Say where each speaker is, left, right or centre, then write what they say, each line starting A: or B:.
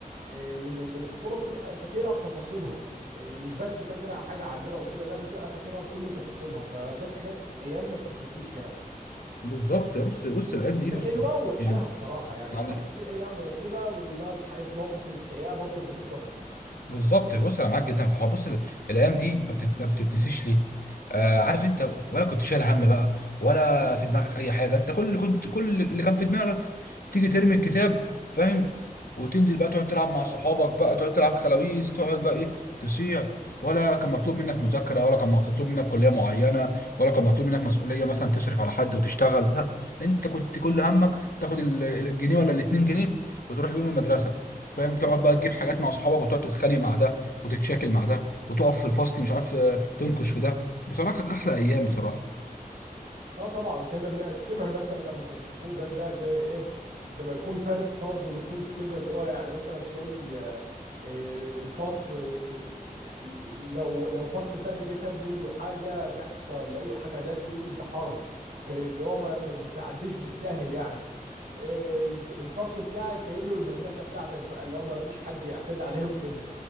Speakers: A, on the right; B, on the left.
A: آه، من من الطفوله بتبقى فاكرها بتفاصيلها آه، مش بس فاكرها حاجه عابره وكده لا بتبقى فاكرها بكل تفاصيلها فديت حاجات ايام ما بتتنسيش يعني
B: بالظبط يا بص بص الايام دي
A: بحلوها
B: بص
A: ووحشها
B: يعني
A: بصراحه يعني
B: يعني
A: حتى في ايام كده اللي هو الحاجات المواقف السيئه برضه بتفضل فاكرها
B: بالظبط بص انا معاك جدا في الحوار بص ال- الايام دي ما بتت- ما بتتنسيش ليه آه عارف انت ولا كنت شايل هم بقى ولا في دماغك اي حاجه انت كل اللي كنت كل اللي كان في دماغك تيجي ترمي الكتاب فاهم وتنزل بقى تقعد تلعب مع صحابك بقى تقعد تلعب خلاويص تقعد بقى ايه تصيع ولا كان مطلوب منك مذاكره ولا كان مطلوب منك كليه معينه ولا كان مطلوب منك مسؤوليه مثلا تصرف على حد وتشتغل لا انت كنت كل همك تاخد ال- الجنيه ولا الاتنين جنيه وتروح بيهم المدرسه فاهم تقعد بقى تجيب حاجات مع اصحابك وتقعد تتخانق مع ده وتتشاكل مع ده وتقف في الفصل مش عارف آه، تنكش في ده بصراحه كانت احلى ايام بصراحه
A: اه طبعا كنا بنقسمها مثلا ب- الفصول ديت بقى بايه زي ما يكون فرد فرض نفوذ كده اللي هو يعني مثلا تلاقي آه، آه، الفصل ي- ي- لو لو فصل تاني جه خد منه حاجه تخت ولا اي حاجه ده تقلب بحرب آه، اللي هو ما ما بتعديش بالساهل يعني آه، الفصل بتاعك كأنه المملكه بتاعتك بقى اللي هو ما فيش حد يعتدي عليه وكده